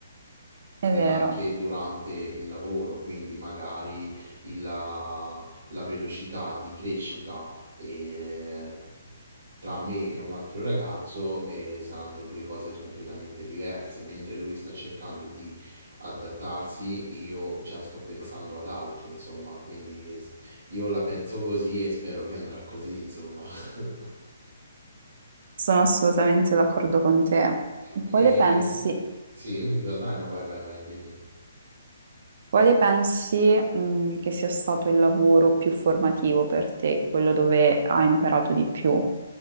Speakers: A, on the right; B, on the right.
A: È
B: e
A: vero.
B: anche durante il lavoro, quindi magari il- la, la velocità di crescita e- tra me e un altro ragazzo eh, saranno due cose completamente diverse, mentre lui sta cercando di adattarsi, io già sto pensando ad altro, insomma, quindi s- io la penso così e spero che andrà così, insomma. <laughs>
A: Sono assolutamente d'accordo con te.
B: E...
A: Quale pensi,
B: Sì, mi dai, no, vai, vai, vai, dimmi.
A: quale pensi, mh, che sia stato il lavoro più formativo per te, quello dove hai imparato di più?